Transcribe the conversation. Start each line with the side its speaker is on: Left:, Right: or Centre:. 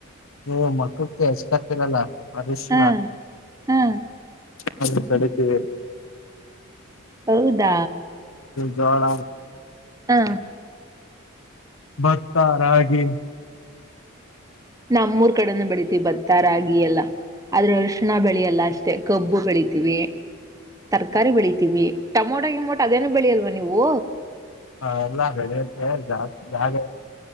Left: ಹೂ ಮಕುಕ್ಕೆ ಅಚ್ಕತಿರಲ್ಲ ಮದಷ್ಟಲ
Right: ಹಾ ಹಾ
Left: ಹದು ಕಡಿತೀವಿ
Right: ಹೌದು ಹ
Left: ಜೋಳ
Right: ಹಾ
Left: ಭತ್ತ ರಾಗಿ
Right: ನಮ್ಮೂರ್ ಕಡೆನು ಬೆಳಿತೀವಿ ಭತ್ತ ರಾಗಿ ಎಲ್ಲಾ ಆದ್ರೆ ಅರ್ಶಣಾ ಬೆಳಿಲ್ಲ ಅಷ್ಟೇ ಕಬ್ಬು ಬೆಳಿತೀವಿ ತರಕಾರಿ ಬೆಳ್ಳಿ ಬೆಳಿತೀವಿ ಟಮೊಟೋ ಗಿಮೋಟ ಅದೇನು ಬೆಳಿಲ್ವ ನೀವು
Left: ಹ ಎಲ್ಲ ಬೆಳೆಯಕ್ಕೆೆ ಜಾಸ್ ಜಾಗ